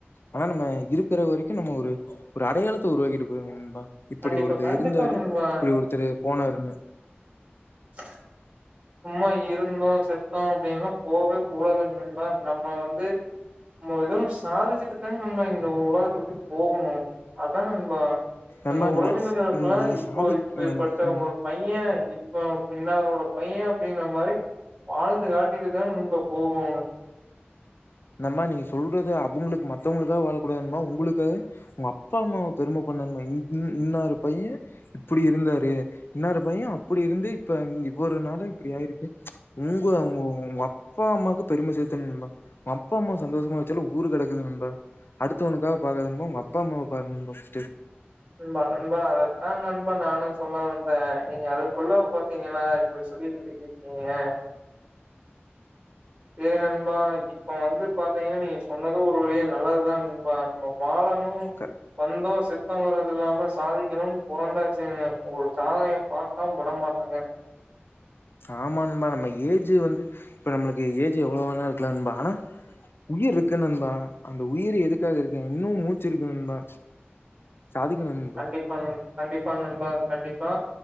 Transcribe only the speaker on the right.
கண்டிப்பா
கண்டிப்பா
நண்பா.
<unintelligible> சும்மா இருந்தோம் செத்தோம் அப்படின்னு போகவே கூடாதுங்க நண்பா நம்ம வந்து நம்ப ஏதாது சாதிச்சிட்டு தான் நம்ம இந்த உலகத்த விட்டு போகணும் அதா நண்பா
நம்ம உறவினர்களுக்கு
எல்லா
இப்போ
இப்படிப்பட்ட
ஒரு பையன் இப்ப இன்னாரோட பைய அப்படிங்கற மாரி வாழ்ந்து காட்டிட்டு தான் நண்பா போவணு
நண்பா நண்பா அதத்தா நண்பா நானு சொல்ல வந்த நீங்க அதுக்குள்ள பாத்திங்ளா எப்பிடி சொல்லி ட்டிங்க சேரி நண்பா இப்ப வந்து பாத்திங்னா நீங்க சொன்னது ஒரு வழிய நல்லதுதா நண்பா நம்ம வாழ னு
வந்தோ செத் தூங்கறது இல்லாம சாதிக்கணுன் பொறந்தாச்சுங்க ஒரு சாதனைய பாக்காம விட மாட்டங்க
கண்டிப்பா ந கண்டிப்பா நண்பா கண்டிப்பா